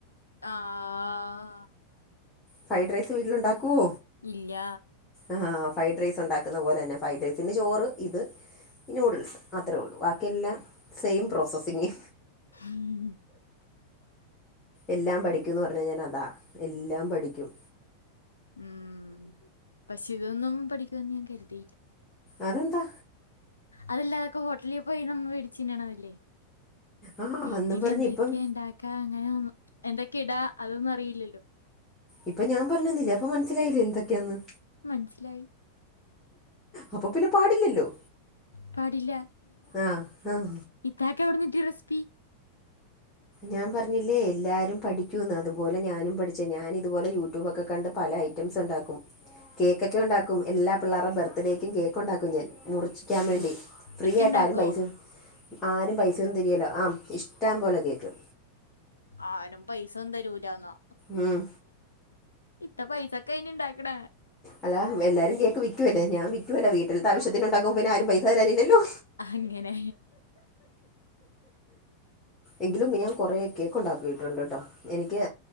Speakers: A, on the left; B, on the left.
A: ആഹ്
B: ഫ്രൈഡ് റൈസ് വീട്ടിലുണ്ടാക്കുവോ
A: ഇല്ല
B: ആഹ് ഫ്രൈഡ് റൈസ് ഉണ്ടാക്കുന്ന പോലെ തന്നെ ഫ്രൈഡ് റൈസിന് ചോറ് ഇത് നൂഡിൽസ് അത്രേ ഒള്ളൂ വാക്കിയെല്ലാം സെയിം പ്രോസസ്സിങ്ങ്
A: ഉം
B: എല്ലാം പഠിക്കുംന്ന് പറഞ്ഞ ഞാൻ അതാ എല്ലാം പഠിക്കും
A: ഉം പക്ഷെ ഇതൊന്നും പഠിക്കുവെന്ന് ഞാൻ കരുതിയില്ല
B: അതെന്താ
A: അതല്ലാ അതൊക്കെ ഹോട്ടലിൽ പോയി നമ്മള് വേടിച്ചിന്നണതല്ലേ
B: ആ
A: വീട്ടിലെന്തൊക്കെയാ
B: അന്നും പറഞ്ഞ് ഇപ്പം
A: ഇണ്ടാക്കാ അങ്ങനെ ഒ എന്തൊക്കെ ഇടാ അതൊന്നും അറിയില്ലല്ലോ
B: ഇപ്പ ഞാൻ പറഞ്ഞെന്നില്ലേ അപ്പൊ മനസ്സിലായില്ലേ എന്തൊക്കെയാന്ന്
A: മനസ്സിലായി
B: അപ്പൊ പിന്നെ പാടില്ലല്ലോ
A: പാടില്ല
B: ആ ആ
A: ഇത്താക്കെവിടുന്ന്‌ കിട്ടിയ റെസിപ്പി
B: ഞാൻ പറഞ്ഞില്ലേ എല്ലാരും പഠിക്കൂന്ന് അതുപോലെ ഞാനും പഠിച്ചതാ ഞാനിതുപോലെ യൂട്യൂബൊക്കെ കണ്ട് പല ഐ റ്റംസ് ഉണ്ടാക്കും കേക്കൊക്കെ ഉണ്ടാക്കും എല്ലാ പിള്ളേരുടെ ബർത്ത്ഡേക്കും കേക്ക് ഉണ്ടാക്കും ഞാൻ മുറിച്ചിക്കാൻ വേണ്ടി ഫ്രീ
A: ഇത്തണ്ടാക്കോ
B: ആയിട്ട് ആരും പൈസ ആരും പൈസയൊന്നും തരിയേല്ല ആ ഇഷ്ട്ടം പോലെ കേക്ക്
A: ആരും പൈസ ഒന്നും തരൂലാന്നാ
B: ഉം.
A: ഇത്ത പൈസക്കെയിനി ഇണ്ടാക്കണേ
B: അല്ലാ എല്ലാരും കേക്ക് വിക്കുവല്ലേ ഞാൻ വിക്കുവല്ല വീട്ടിൽത്തെ ആവശ്യത്തിനുണ്ടാക്കുമ്പോ പിന്നെ ആരും പൈസ തരാനില്ലല്ലോ
A: അങ്ങനെ
B: എങ്കിലും ഞാൻ കൊറെ കേക്ക് ഉണ്ടാക്കിയിട്ടുണ്ട് കേട്ടോ എനിക്ക്